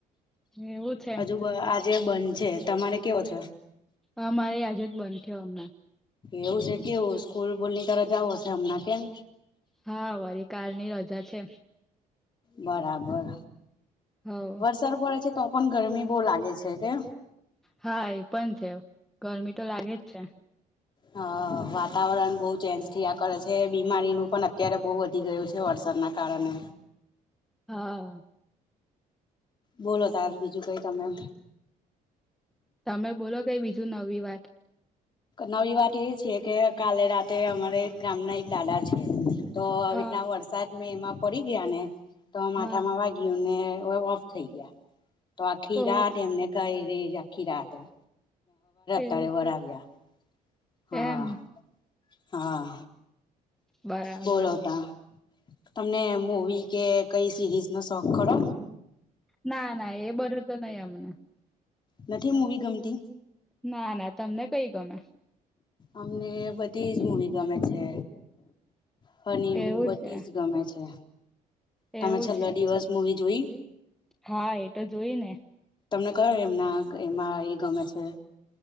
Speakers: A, in the centre; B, on the left.
A: એવું છે
B: હજુ આજે બંધ છે, તમારે કેવો છે.
A: અમારે આયાજે જ બંધ થયો હમણાં
B: એવું છે કેવું સ્કૂલ બોલની તર જવો હશે હમણાં કેમ?
A: હા વારી કળ ની રજા છે.
B: બરાબર
A: હવ
B: વરસાદ પડે છે, તો પણ ગરમી બહ લાગે છે, કે?
A: હા એ પણ છે ગરમી તો લાગે જ છે.
B: હ વાતાવરણ બહુ ચેન્જ થયા કરે છે બીમારીનું પણ અત્યારે બહ વધારે ઘટી ગયું છે વરસાદના કારણે
A: હા.
B: બોલો ત હ બીજું કઈ તમેમ?
A: તમે બોલો કઈ બીજું નવી વાત.
B: નવી વાત એ છે કે કાલે રાતે અમારે ગામના એક દાદા છે. તો આવી
A: હા
B: રીતના વરસાદ મેં એમાં પડી ગયા ને તો માથામાં
A: હા
B: વાગ ઓફ થઈ ગયા તો આ ખીરા
A: ઓ
B: એમને કઈ ખીરાત હો
A: એવું
B: ત બરા
A: છે
B: હા.
A: એમ
B: હા
A: બરાબર
B: બોલોતા તમને મૂવી કે કઈ સિરીઝ નો શોખ ખો?
A: ના ના એ બર તો નહી અમને
B: નથી મૂવી ગમતી.
A: ના ના તમને કઈ ગમે.
B: અમને બધી જ મૂવી ગમે છે. હ
A: એવું
B: બધી
A: છે
B: જ ગમે છે તમે
A: એવું
B: છેલ્લો
A: છે
B: દિવસ મવી જોઈ?
A: હા એ તો જોઈ ને.
B: તમને કયો એમના એમાં એ ગમે છે